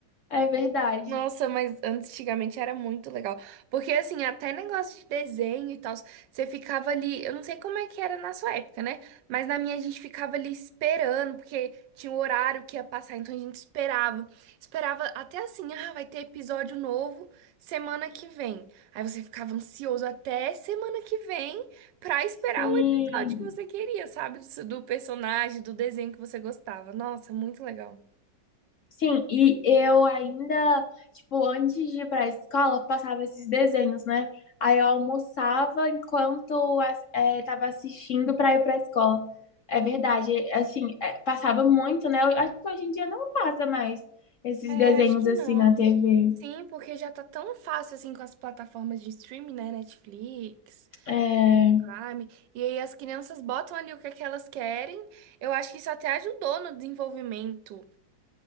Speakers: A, on the left (about 55°); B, on the right (about 80°).
A: É verdade.
B: Nossa, mas antigamente era muito legal. Porque, assim, até negócio de desenho e tal, você ficava ali. Eu não sei como é que era na sua época, né? Mas na minha a gente ficava ali esperando, porque tinha o horário que ia passar, então a gente esperava. Esperava até assim, ah, vai ter episódio novo semana que vem. Aí você ficava ansioso até semana que vem pra esperar
A: Sim.
B: o episódio que você queria, sabe? Do do personagem, do desenho que você gostava. Nossa, muito legal.
A: Sim, e eu ainda, tipo, antes de ir pra escola, passava esses desenhos, né? Aí eu almoçava enquanto as- eh, tava assistindo pra ir pra escola. É verdade, assim, eh, passava muito, né? Eu acho que hoje em dia não passa mais esses
B: É,
A: desenhos
B: acho que
A: assim
B: não.
A: na TV.
B: Sim, porque já tá tão fácil assim com as plataformas de streaming, né? Netflix,
A: É,
B: Prime. E aí as crianças botam ali o que é que elas querem. Eu acho que isso até ajudou no desenvolvimento.